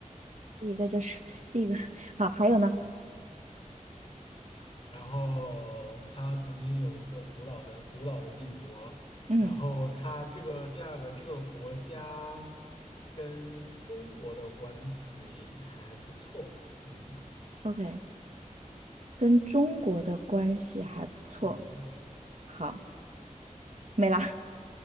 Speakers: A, on the right; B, on the left.
A: 第一个就是第一个。好，还有呢？
B: 然后它曾经有一个古老的古老的帝国，
A: 嗯
B: 然后它这个第二个这个国家跟中国的关系还不错，嗯
A: ，OK，跟中国的关系还不错。
B: 嗯
A: 好，没了。